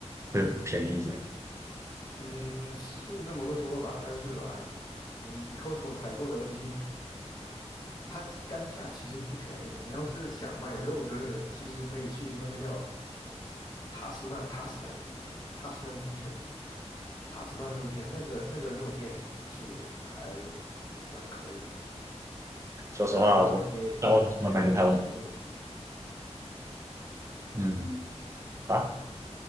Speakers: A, on the right; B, on the left.
A: 会便宜一些。
B: 嗯，是这么个说法，但是吧，你 Costco 采购的东西，它单价其实不便宜。你要是想卖肉之类的，你其实可以去那个叫塔斯曼 （Tasman）、Tasman Butchers、塔斯曼肉店，那个那个肉店是还蛮可以的，
A: 说实话，
B: 它也它也便宜。
A: 我在澳洲除了买牛排，我嗯啊，